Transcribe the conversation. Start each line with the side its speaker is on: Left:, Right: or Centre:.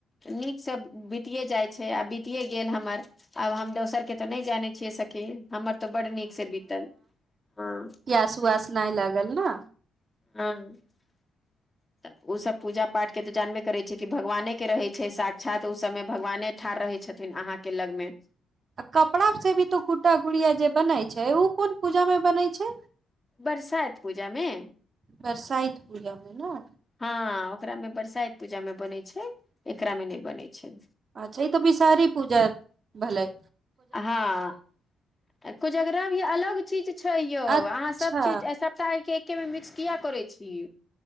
Left: नीकसँ बीतिये जाइ छै आ बतिये गेल हमर आब हम दोसर के तऽ नहि जाने छियै सखी हमर त बड नीक से बीतल हं।
Right: पियस उआस नहि लागल ना।
Left: <unintelligible> तऽ ऊसभ पूजा पाठ के तऽ जानबे करै छियै कि भगवाने के रहैत छै साक्षात ओ समय भगवाने ठाढ़ रहै छथिन। थिन अहाँके लग मे।
Right: आ कपड़ा से भी तो गुड्डा गुड़िया जे बनै छै उ कोन पूजा मे बनै छै?
Left: बरसाइत पूजामे।
Right: बरसाइत पूजामे नै।
Left: हँ ओकरा में बरसाइत पूजा मे बनै छै एकरा मे नहि बनै छै।
Right: अच्छा ई तऽ बिसहरी पूजा भलय।
Left: हँ कोजगरा भी अलग चीज छै यौ
Right: अच्छा
Left: अहाँ सब चीज ऐसब टा एक्के मे मिक्स किया करय छी